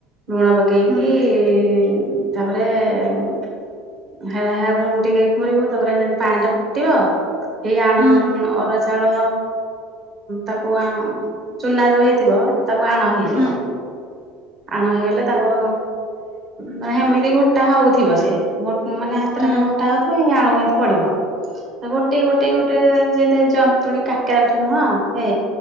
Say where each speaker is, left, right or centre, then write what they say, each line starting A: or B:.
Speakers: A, on the right (about 35°); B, on the right (about 85°).
A: ଲୁଣ ପକେଇକି
B: ହୁଁ ହୁଁ
A: ଇ ତାପରେ ଏ ହେ ହେ ଟିକେ ଘୁରିବୁ ତାପରେ ଯେମିତି ପାଣି ଟା ଫୁଟିବ ଏଇ ଆଣ
B: ହୁଁ
A: ଅରୁଆ ଚାଉଳ ତାକୁ ଚୁନା ଯୋଉ ହେଇଥିବ ତାକୁ ଆଣ ହେଇଯିବ
B: ହୁଁ
A: ଆଣ ହେଇଗଲେ ତାକୁ ଉ ମାନେ ସେମିତି ଗୋଟା ହଉଥିବ ସିଏ ମାନେ ହାତରେ
B: ହୁଁ ହୁଁ
A: ହେନ୍ତି ଗୋଟା ହଉଥିବ ଆଣୁ ପଡିବ ଗୋଟେ ଗୋଟେ ଗୋଟେ ଯେନ୍ତି ଜନ୍ତୁଣୀ କାକରା ଇଚ୍ଛା ନୁହଁ ହେ